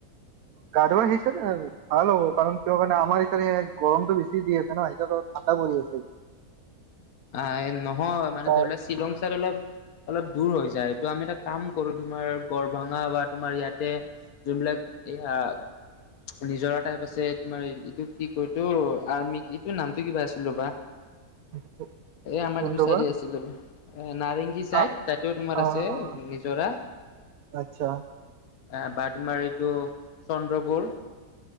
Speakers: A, on the right; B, on the left.
A: গা ধোৱা আহিছে দে আৰু ভাল হ'ব কাৰণ কিহৰ কাৰণে আমাৰ এইফালে গৰমতটো বেছি দি আছে ন এতিয়াত ঠাণ্ডা পৰি আছে। <inaudible>
B: আহ নহয় মানে
A: তাৰ
B: ধৰি লোৱা শ্বিলং ছাইত অলপ অলপ দূৰ হৈ যায় টো আমি এটা কাম কৰোঁ, তোমাৰ গৰভাঙা বা তোমাৰ ইয়াতে যোনবিলাক এইয়া নিজৰা টাইপ আছে তোমাৰ এইটো কি কয় এইটো আৰ্মি এইটোৰ নামটো কিবা আছিল ৰ'বা।
A: <inaudible>
B: এ আমাৰ
A: কোনটো
B: এইটো চাইডে
A: বা
B: আছিল এ নাৰেংগী চাইদ
A: আহ
B: তাতেও তোমাৰ
A: আহ
B: আছে নিজৰা।
A: আচ্ছা।
B: অহ, বা তোমাৰ এইটো চন্দ্ৰপুৰ।